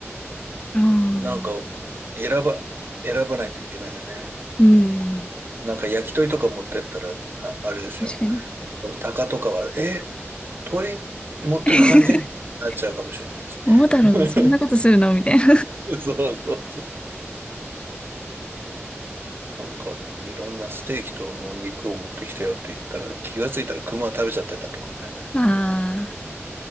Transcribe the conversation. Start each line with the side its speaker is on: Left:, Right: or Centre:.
Left: ああ。
Right: なんか選ば、選ばないといけないよね。
Left: うん。
Right: なんか焼き鳥とか持ってったら、あ、あれですよ。
Left: 確かに。
Right: その鷹とかは、え、鳥持ってく感じになっちゃうかもしれないし。
Left: <laughs> 桃太郎、
Right: <laughs>
Left: そんなことするのみたいな。
Right: そうそうなんか、いろんなステーキとの肉を持ってきたよって言ったら、気がついたら熊食べちゃってたとかね。
Left: <laughs> ああ、